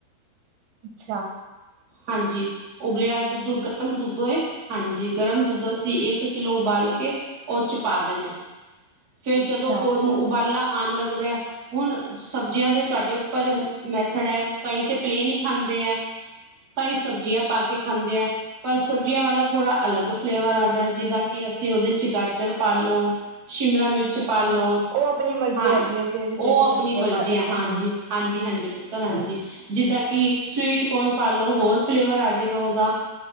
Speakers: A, on the right; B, on the right.
A: ਅੱਛਾ।
B: ਹਾਂਜੀ ਉਬਲਿਆ ਦੁੱਧ ਗਰਮ ਦੁੱਧ ਹੋਏ। ਹਾਂਜੀ ਗਰਮ ਦੁੱਧ ਅਸੀਂ ਇੱਕ ਕਿੱਲੋ ਉਬਾਲ ਕੇ ਉਹ ਚ ਪਾ ਦੇਣਾ। ਫੇਰ ਜਦੋਂ
A: ਅੱਛਾ
B: ਓਨੂੰ ਉਬਾਲਾ ਆਉਣ ਲੱਗਦਾ। ਹੁਣ ਸਬਜ਼ੀਆਂ ਦੇ ਤੁਹਾਡੇ ਉੱਪਰ ਮੈਥਡ ਹੈ ਕਈ ਤਾਂ ਪਲੇਨ ਹੀ ਖਾਂਦੇ ਹੈ। ਭਾਈ ਸਬਜ਼ੀਆਂ ਪਾ ਕੇ ਖਾਂਦੇ ਆ। ਪਰ ਸਬਜ਼ੀਆਂ ਵਾਲਾ ਥੋੜ੍ਹਾ ਅਲੱਗ ਫਲੇਵਰ ਆਉਂਦਾ ਜਿੱਦਾਂ ਕਿ ਅਸੀਂ ਉਹਦੇ ਚ ਗਾਜਰ ਪਾ ਲੋ ਸ਼ਿਮਲਾ ਮਿਰਚ
A: ਅੱਛਾ
B: ਪਾ ਲਉ
A: ਉਹ ਆਪਣੀ ਮਰਜ਼ੀ
B: ਹਾਂ
A: ਹੈਗੀ ਹੈ ਜਿਹੜੀ
B: ਉਹ
A: ਜਿਹੜੀ
B: ਆਪਣੀ
A: ਸਬਜ਼ੀਆਂ
B: ਮਰਜ਼ੀ
A: ਪਾ ਬੱਚੇ
B: ਆ ਹਾਂਜੀ
A: ਖਾਂਦੇ
B: ਹਾਂਜੀ ਹ। ਹਾਂਜੀ ਪੁੱਤਰ
A: ਅੱਛਾ
B: ਹਾਂਜੀ ਜਿੱਦਾਂ ਕਿ ਸਵੀਟ ਕੋਨ ਪਾ ਲੋ ਹੋਰ ਫਲੇਵਰ ਆ ਜਾਏਗਾ ਉਹਦਾ